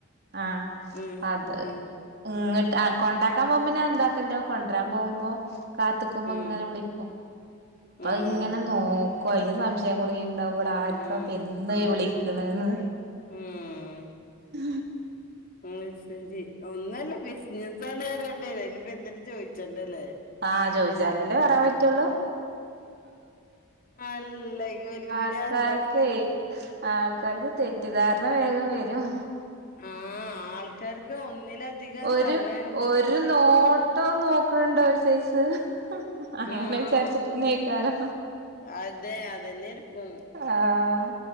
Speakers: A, on the right (about 55°); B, on the left (about 45°).
A: ആഹ്
B: ഉം
A: അത്
B: ഉം
A: ഇങ്ങട്ട് ആഹ് കൊണ്ടാക്കാൻ പോവുമ്പോ ഞാൻ എന്താക്കന്റൊ കൊണ്ടരാൻ പോവുമ്പോ കാത്ത്ക്കുമ്പോ
B: ഉം
A: ഇങ്ങനെ വിളി അപ്പ
B: ഉം
A: അ ഇങ്ങനെ നോക്കു അയിന് സംശയം കുടുങ്ങി ണ്ടാവും ഇവള ആര്ക്ക
B: ഉം
A: ഇപ്പെന്നും ഈ വിളിക്ക്ണെന്ന്.
B: ഉം
A: ആ
B: ഉം സെരി ഒന്നല്ല ബിസിനസ് ആണ് അറിയണ്ടേരും. അയിന്പ്പം എന്തേലും ചോയിച്ചണ്ടലേ.
A: ആഹ് ചോയിച്ചാലല്ലേ പറയാൻ പറ്റുള്ളൂ.
B: അല്ലെങ്കി ഇവൽക്ക്
A: ആൾക്കാര്ക്കെ
B: പിരാന്താണെന്ന് കരുതി
A: ആൾക്കാർക്ക് തെറ്റിദ്ധാരണ വേഗം വരും.
B: ഉം ആൾക്കാർക്ക് ഒന്നിലധികം
A: ഒരു
B: സമയം
A: ഒരു നോട്ടോ നോക്കണ് ണ്ട് ഒരു സൈസ് അങ്ങനെ
B: ആഹ്
A: വിചാരിച്ചിട്ട്ന്നെ നയിക്കാറോ
B: അതെ അതന്നെക്കും
A: ആഹ്